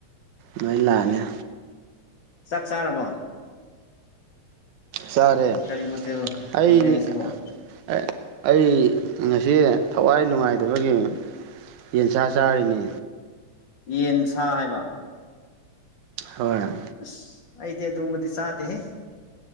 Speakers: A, on the right; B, on the left.
A: ꯂ‌ꯣꯏ ꯂꯥꯜꯂ‌ꯦ
B: ꯆꯥꯛ ꯆꯥꯔꯕꯣ
A: ꯆꯥꯔꯦ
B: ꯀꯔꯤ ꯃꯊꯦꯜ
A: ꯑꯩꯗꯤ
B: ꯇꯧꯒꯦ ꯉꯁꯤꯕꯣ
A: ꯑꯥ ꯑꯥ ꯑꯩ ꯉꯁꯤ ꯊꯋꯥꯏ ꯅꯨꯡꯉꯥꯏꯇꯕꯒꯤ ꯌꯦꯟꯁꯥ ꯆꯥꯔꯤꯅꯤ
B: ꯌꯦꯟꯁꯥ ꯍꯥꯏꯕ
A: ꯍꯣꯏ
B: ꯑꯁ ꯑꯩꯗꯤ ꯑꯗꯨꯝꯕꯗꯤ ꯆꯥꯗꯦꯍ‌ꯦ